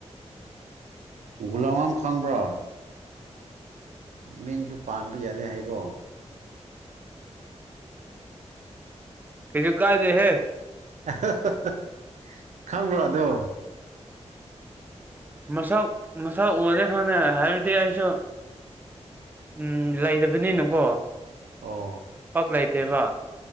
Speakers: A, on the right; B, on the right.
A: ꯒꯨꯂꯃꯝ ꯈꯥꯡꯕ꯭ꯔꯥ ꯃꯤꯡꯁꯨ ꯄꯥꯟꯕ ꯌꯥꯗꯦ ꯍꯥꯏꯀꯣ
B: ꯀꯩꯁꯨ ꯀꯥꯏꯗꯦꯍꯦ
A: <unintelligible> ꯈꯪꯕ꯭ꯔꯥꯗꯣ
B: ꯃꯁꯥ ꯃꯁꯥ ꯑꯣꯏꯔꯦ ꯈꯪꯅ ꯍꯥꯏꯕꯗꯤ ꯑꯩꯁꯨ ꯎꯝ ꯂꯩꯗꯕꯅꯤꯅꯀꯣ
A: ꯑꯣ
B: ꯄꯛ ꯂꯩꯇꯦꯕ